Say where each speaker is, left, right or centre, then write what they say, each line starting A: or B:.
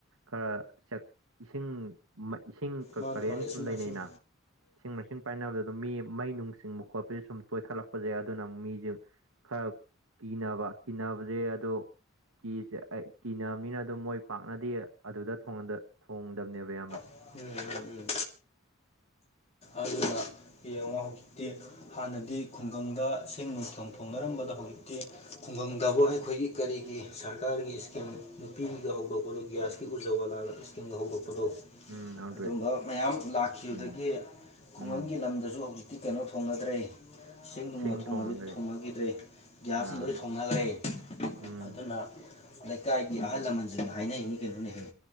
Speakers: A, on the right (about 80°); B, on the left (about 30°).
A: ꯈꯔ ꯏꯁꯤꯡ ꯏꯁꯤꯡ
B: ꯃꯥꯅ
A: ꯀꯔꯦꯟ
B: ꯃꯥꯅ ꯏꯁꯤꯡ
A: ꯁꯨꯝ ꯂꯩꯅꯩꯅ
B: ꯃꯥꯏꯁꯤꯡ
A: ꯏꯁꯤꯡ ꯃꯥꯏꯁꯤꯡ ꯄꯥꯏꯅꯕꯗ ꯑꯗꯨꯝ ꯃꯤ ꯃꯩ ꯅꯨꯡ ꯆꯤꯡꯕ ꯈꯣꯠꯄꯁꯦ ꯁꯨꯝ ꯇꯣꯏꯈꯠꯂꯛꯄꯁꯩ ꯑꯗꯨꯅ ꯃꯤꯁꯦ ꯈꯔ ꯀꯤꯅꯕ ꯀꯤꯅꯕꯁꯦ ꯑꯗꯣ ꯀꯤꯁꯦ ꯑꯩ ꯀꯤꯅꯕꯅꯤꯅ ꯑꯗꯨꯝ ꯃꯣꯏ ꯄꯥꯛꯅꯗꯤ ꯑꯗꯨꯗ ꯊꯣꯡꯗꯕꯅꯦꯕ ꯏꯌꯥꯝꯕ
B: ꯎꯝ ꯎꯝ ꯎꯝ ꯑꯗꯨꯅ ꯌꯦꯡꯉꯣ ꯍꯧꯖꯤꯛꯇꯤ ꯍꯥꯟꯅꯗꯤ ꯈꯨꯡꯒꯪꯗ ꯁꯦꯡ ꯅꯨꯡꯊꯣꯡ ꯐꯣꯡꯅꯔꯝꯕꯗ ꯍꯧꯖꯤꯛꯇꯤ ꯈꯨꯡꯒꯪꯗꯕꯨ ꯑꯩꯈꯣꯏꯒꯤ ꯀꯔꯤꯒꯤ ꯁꯔꯀꯥꯔꯒꯤ ꯏꯁꯀꯤꯝ ꯅꯨꯄꯤꯒ ꯍꯧꯗꯣꯛꯄꯗꯣ ꯒ꯭ꯌꯥꯁꯀꯤ ꯎꯖ ꯋꯥꯂꯥ ꯏꯁꯀꯤꯝꯒ ꯍꯧꯗꯣꯛꯄꯗꯣ ꯑꯗꯨꯝꯕ
A: ꯎꯝ ꯍꯥꯡꯗꯣꯛꯑꯦ
B: ꯃꯌꯥꯝ ꯂꯥꯛꯈꯤꯕꯈꯤꯕꯗꯒꯤ
A: ꯎꯝ
B: ꯈꯨꯡꯒꯪꯒꯤ
A: ꯎꯝ
B: ꯂꯝꯗꯁꯨ ꯍꯧꯖꯤꯛ ꯇꯤ ꯀꯩꯅꯣ ꯊꯣꯡꯅꯗ꯭ꯔꯦ ꯏꯁꯤꯡꯦꯡ ꯅꯨꯡꯅ
A: ꯁꯤꯡ
B: ꯊꯣꯡꯉꯅꯕꯗꯤ
A: ꯊꯣꯡꯅꯗ꯭ꯔꯦ
B: ꯊꯣꯡꯅꯈꯤꯗ꯭ꯔꯦ ꯒ꯭ꯌꯥꯁ
A: ꯑꯥ
B: ꯑꯃ ꯂꯣꯏ ꯊꯣꯡꯅꯈ꯭ꯔꯦ
A: ꯎꯝ
B: ꯑꯗꯨꯅ ꯂꯩꯀꯥꯏꯒꯤ ꯑꯍꯜ ꯂꯃꯟꯁꯤꯡꯅ ꯍꯥꯏꯅꯩ ꯀꯩꯅꯣꯅꯦꯍꯦ